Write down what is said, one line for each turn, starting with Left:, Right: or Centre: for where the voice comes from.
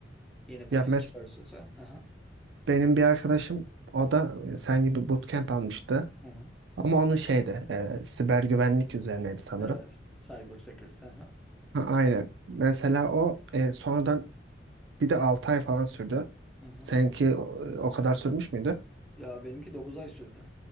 Centre: Yeni paket
Right: Ya mes
Centre: çıkarırsa. Aha,
Right: benim bir arkadaşım o da sen gibi bootcamp almıştı.
Centre: aha.
Right: Ama onun şeyde e, siber güvenlik üzerineydi sanırım.
Centre: Evet. Cyber Security. Aha,
Right: Ha, aynen. Mesela o e, sonradan bir de 6 ay falan sürdü.
Centre: aha.
Right: Seninki o, o kadar sürmüş müydü?
Centre: Ya benimki 9 ay sürdü.